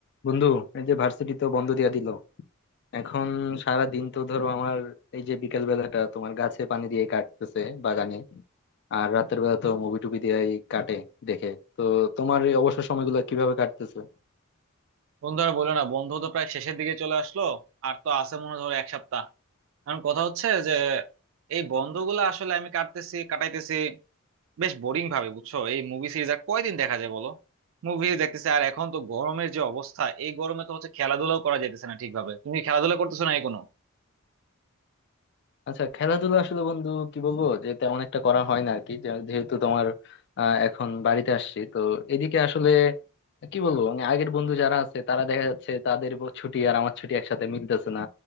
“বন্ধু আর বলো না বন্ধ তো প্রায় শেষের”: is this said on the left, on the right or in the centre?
Right